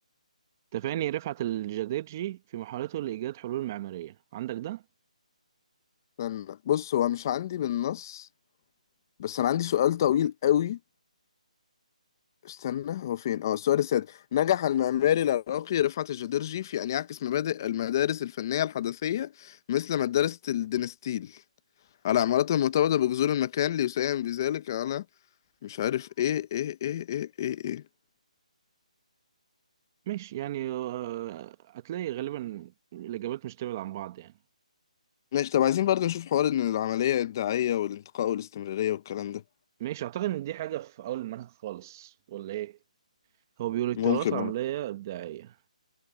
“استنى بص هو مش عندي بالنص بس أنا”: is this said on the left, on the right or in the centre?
Left